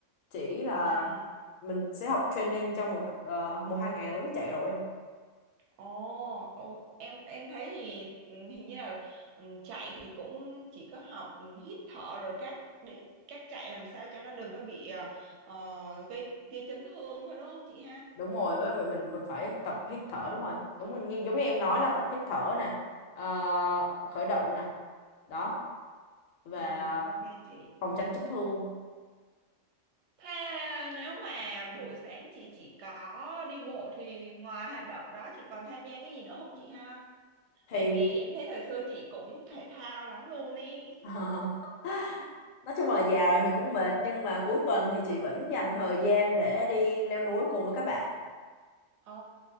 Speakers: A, on the left; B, on the right.
A: chỉ là
B: á.
A: mình sẽ học training trong một ờ, một hai ngày là mới có chạy rồi
B: Ồ, ồ, em em thấy thì ừ, hình như là ừ, chạy thì cũng chỉ có học ừ, hít thở rồi các để các chạy làm sao cho nó đừng có bị ờ, ờ, gây gây chấn thương thôi đúng không chị ha?
A: đúng rồi với vậy mình còn phải tập hít thở đúng rồi đúng rồi như, giống như em nói là tập hít thở nè ờ, khởi động nè đó và
B: Ừ, ok chị.
A: phòng tránh chấn thương
B: Thế nếu mà buổi sáng chị chỉ có đi bộ thì ngoài hoạt động đó chị còn tham gia cái gì nữa không chị ha?
A: thì
B: Tại vì em thấy thời xưa chị cũng thể thao lắm luôn ý.
A: <laughs> nói chung là già rồi thì cũng mệt nhưng mà cuối tuần thì chị vẫn dành thời gian để đi leo núi cùng với các bạn
B: Ồ,